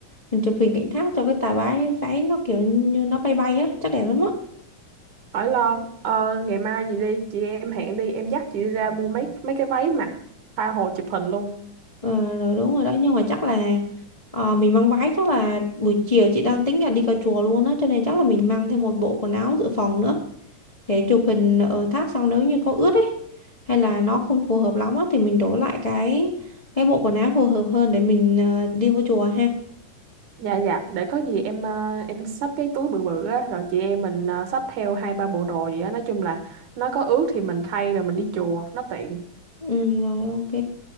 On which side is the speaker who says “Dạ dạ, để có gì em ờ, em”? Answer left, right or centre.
Right